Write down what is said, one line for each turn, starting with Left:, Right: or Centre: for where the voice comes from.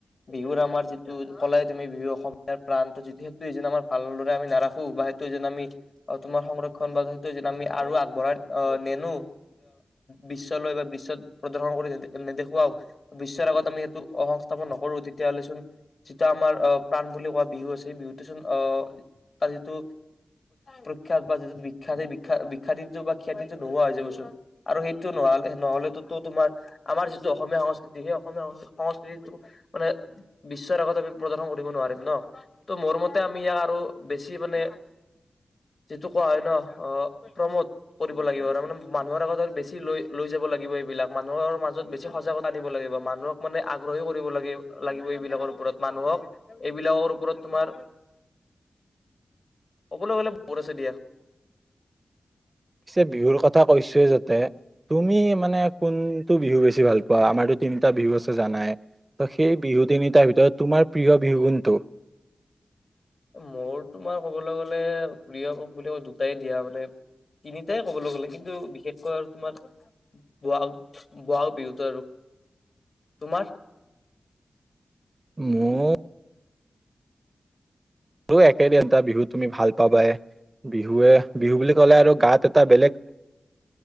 Left: বিহুৰ আমাৰ যিটো কলাই তুমি বিহু অসমীয়াৰ প্ৰান যিটো সেইটোৱে যে আমাৰ ভালদৰে আমি নাৰাখো বা সেইটো যেন আমি তোমাৰ সংৰক্ষন বা সেইটো যে আমি আৰু আগবঢ়াই আহ নেনো বিশ্ব লৈ বা বিশ্বত প্ৰদৰ্শন কৰি নেদেখুওৱা বিশ্বৰ আগত আমি সেইটো সংস্থাপন নকৰো তেতিয়াহ'লে চোন যিটো আমাৰ আহ প্ৰাণ বুলি কোৱা বিহু আছে বিহুটো চোন আহ তাৰ যিটো প্ৰখ্যাত বা যিটো বিখ্যাত সেই বিখ্যাত বিখ্যাতিটো বা খ্যাতিটো নোহোৱা হৈ যাবচোন আৰু সেইটো নহ নহলে তোমাৰ আমাৰ যিটো অসমীয়া সংস্কৃতি সেই অসমীয়া সংস্কৃতিটো মানে বিশ্বৰ আগত আমি প্ৰদৰ্শন কৰিব নোৱাৰিম ন ত মোৰ মতে আমি ইয়াক আৰু বেছি মানে যিটো কোৱা হয় ন অ প্ৰমোট কৰিব লাগিব আৰু মানে মানুহৰ আগত আৰু বেছি লৈ লৈ যাব লাগিব এইবিলাক মানুহৰ মাজত বেছি সজাগতা নিব লাগিব মানুহক মানে আগ্ৰহী কৰিব লাগ লাগিব এইবিলাকৰ ওপৰত মানুহক এইবিলাকৰ ওপৰত তোমাৰ ক'বলৈ গ'লে বহুত আছে দিয়া।
Right: পিছে বিহুৰ কথা কৈছোয়ে যা তুমি মানে কোনটো বিহু বেছি ভাল পোৱা আমাৰতো তিনটা বিহু আছে জানাই। ত' সেই বিহু তিনিটাৰ ভিতৰত তোমাৰ প্ৰিয় বিহুকোণটো
Left: মোৰ তোমাৰ ক'বলৈ গ'লে প্ৰিয়কক বোলে দুটাই দিয়া মানে তিনিটাই কবলৈ গ'লে কিন্তু বিশেষকৈ আৰু তোমাৰ বোৱা বোৱা বিহুতে আৰু তোমাৰ?
Right: মোৰ মোৰো একে দিয়া। এটা বিহু তুমি ভাল পাবাই বিহুৱে বিহু বুলি ক'লে আৰু গাত এটা বেলেগ